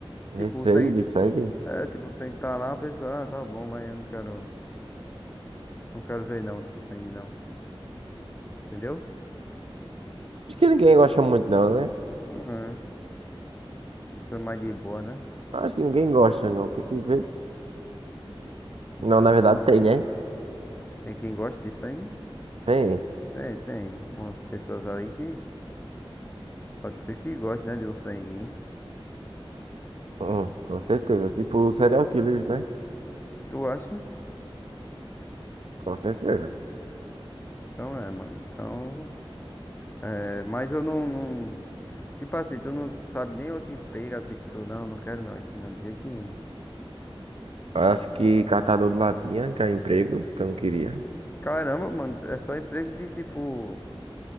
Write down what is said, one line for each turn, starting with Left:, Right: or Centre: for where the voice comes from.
Right: Receio
Left: Tipo, o sangue.
Right: de sangue?
Left: É, tipo, o sangue tá lá, a pessoa, ah, tá bom, mas eu não quero. Não quero ver não esse sangue não. Entendeu?
Right: Acho que ninguém gosta muito, não, né?
Left: É. A Pessoa é mais de boa, né?
Right: Acho que ninguém gosta, não. Tem que ver.
Left: Então,
Right: Não, na verdade tem, né?
Left: tem quem gosta de sangue?
Right: Tem.
Left: Tem, tem. Umas pessoas aí que pode ser que goste, né, de um sanguinho.
Right: Hum, com certeza. Tipo, serial killers, né?
Left: Tu acha?
Right: Com certeza.
Left: Então é, mano. Então. É, mas eu não, não. Tipo assim, tu não sabe nem outro emprego assim que tu. Não, não quero não, esse não, de jeito nenhum.
Right: Acho que catador de latinha, que é emprego, que eu não queria.
Left: Caramba, mano, é só emprego de tipo.